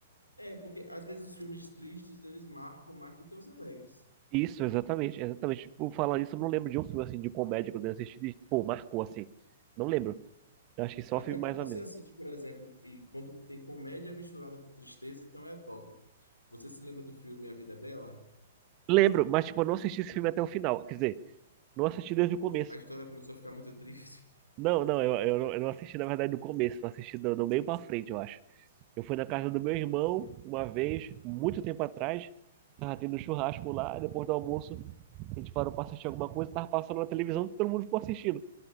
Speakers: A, on the left; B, on the right.
A: É, porque às vezes os filmes tristes eles marcam mais do que os alegres.
B: Isso, exatamente, exatamente. Por falar nisso, eu não lembro de um filme assim de comédia que eu tenha assistido e, pô, marcou assim. Não lembro. Eu acho que só
A: Até
B: filme
A: quando
B: mais
A: você
B: ou menos.
A: assiste, por exemplo, e quando tem comédia misturada com tristeza, então é top. Você se lembra do filme A Vida é Bela?
B: Lembro, mas tipo, eu não assisti esse filme até o final. Quer dizer, não assisti desde o começo.
A: A história começou a ficar muito triste.
B: Não, não, eu, eu, não eu não assisti, na verdade, do começo, eu assisti do, do meio pra frente, eu acho. Eu fui na casa do
A: Então,
B: meu irmão uma vez, muito tempo atrás, tava tendo um churrasco lá, e depois do almoço, a gente parou pra assistir alguma coisa, tava passando na televisão, todo mundo ficou assistindo.